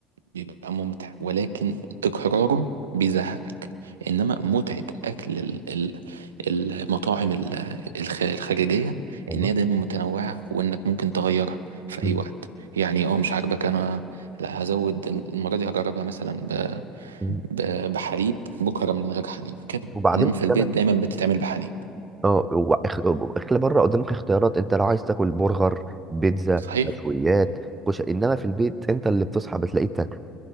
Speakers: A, on the right; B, on the right.
A: بيبقى ممتع ولكن تكراره بيزهقك إنما متعة أكل ال- ال- المطاعم ال- الخ- الخارجية
B: ايوه
A: إن هي دايما متنوعة وإنك ممكن تغيرها في
B: مم.
A: أي وقت يعني اه مش عاجبك أنا لا هزود المرة دي هجربها مثلا ب-
B: مم.
A: ب- بحليب بكرة من غير حليب كده
B: وبعدين
A: إنما
B: قدامك
A: في البيت دايما بتتعمل بحليب
B: اه هو اخ- اكل بره قدامك اختيارات انت لو عايز تاكل برجر بيتزا
A: صحيح
B: مشويات كشري انما في البيت انت اللي بتصحى بتلاقيه بتاكله